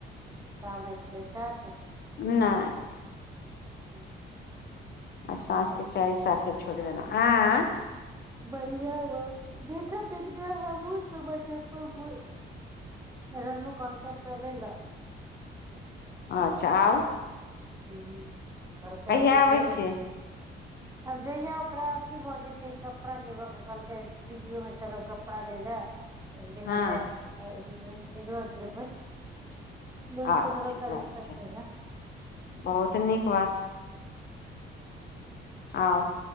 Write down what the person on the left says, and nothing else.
नै
आब साँझके चाय साफे छोड़ि देलहुं आ, आ
अच्छा आउ।
कहिया
आबै
छियै
हँ
अच्छा
अच्छा
बहुत नीक बात। आउ।